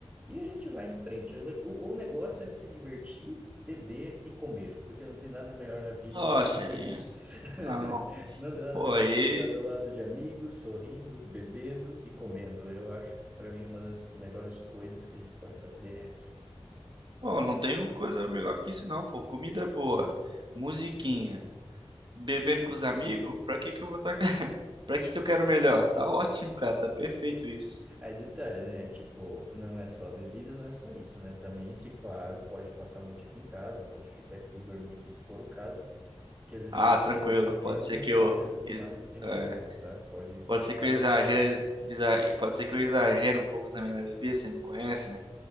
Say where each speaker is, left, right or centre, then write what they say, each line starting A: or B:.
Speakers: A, on the right; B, on the right.
A: E a gente vai em frente. O, le- o- o negócio é se divertir, beber e comer, porque não tem nada melhor na vida
B: Nossa,
A: do que fazer
B: hein?
A: isso. <laughs>
B: não.
A: Não tem nada
B: Pô,
A: melhor
B: aí.
A: do que estar do lado de amigos, sorrindo, bebendo e comendo. Eu acho que para mim uma das melhores coisas que a gente pode fazer é essa.
B: Pô, não tem coisa melhor que isso, não, pô. Comida é boa, musiquinha, bebendo com os amigos. Pra que que eu vou estar. <laughs> Pra que que eu quero melhor? Tá ótimo, cara. Tá perfeito isso.
A: Aí detalhe, né? Tipo, não é só bebida, não é só isso, né? Também, se claro, pode passar a noite aqui em casa, pode ficar aqui, dormir aqui se for o caso, que às vezes
B: Ah,
A: a pessoa
B: tranquilo.
A: fica meio
B: Pode ser
A: cansada
B: que eu,
A: e tudo
B: ex-
A: mais, não tem
B: é,
A: problema, tá? Pode ir
B: pode
A: pra
B: ser
A: casa.
B: que eu exagere, desa- pode ser que eu exagere um pouco também na bebida. Você me conhece, né?